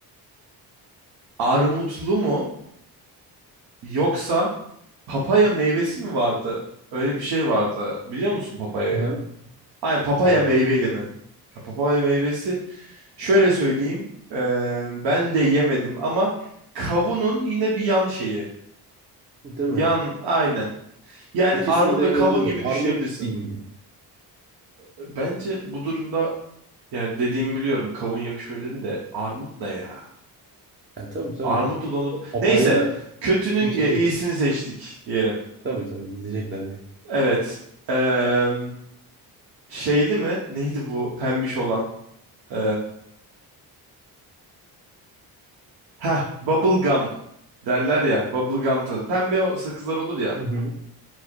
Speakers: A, on the right (about 75°); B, on the right (about 30°).
A: armutlu mu? Yoksa Papaya meyvesi mi vardı? Öyle bir şey vardı. Biliyor musun papayayı?
B: Hı-hı.
A: Aynen papaya
B: Abi
A: meyveli mi? Ya papaya meyvesi. Şöyle söyleyeyim. eee, ben de yemedim ama kavunun yine bir yan şeyi.
B: değil
A: Yan
B: mi?
A: aynen. Yani
B: İkisini
A: armut
B: de
A: ve
B: yemedim
A: kavun gibi
B: de armut
A: düşünebilirsin.
B: değil mi?
A: Bence bu durumda yani dediğimi biliyorum. Kavun yakışmıyor dedim de armut ne ya?
B: Ha, tabii tabii.
A: Armutlu dondurma.
B: Papaya
A: Neyse. Kötünün
B: hiç yemedik.
A: e, iyisini seçtik diyelim.
B: Tabii tabii gidecekler direkt.
A: Evet. Eee Şeyli mi? Neydi bu pembiş olan? Ee, heh, bubble gum derler ya. Bubble gum tadı. Pembe o sakızlar olur ya.
B: Hı